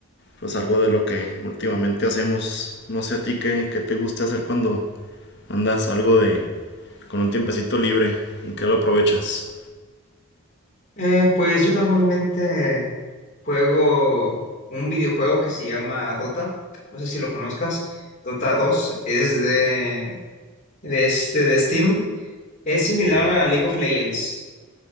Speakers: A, on the left (about 50°); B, on the left (about 35°).
A: pues algo de lo que últimamente hacemos. No sé a ti qué, qué te gusta hacer cuando andas algo de con un tiempecito libre. ¿En qué lo aprovechas?
B: Eh, pues yo normalmente juego un videojuego que se llama Dota. No sé si lo conozcas. Dota dos es de, de este, de Steam. Es similar
A: Ok,
B: a League of Legends.